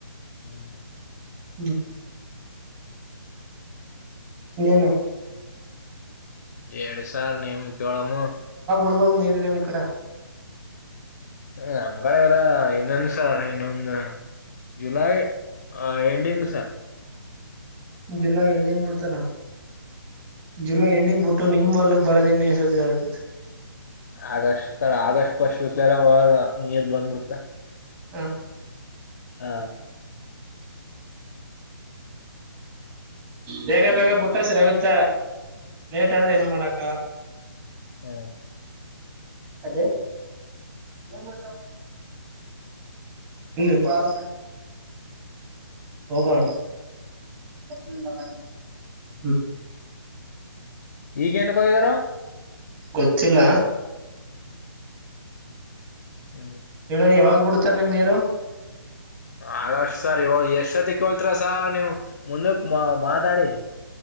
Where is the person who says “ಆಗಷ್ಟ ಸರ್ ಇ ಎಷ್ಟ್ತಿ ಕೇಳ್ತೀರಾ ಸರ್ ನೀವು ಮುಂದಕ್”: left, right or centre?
Left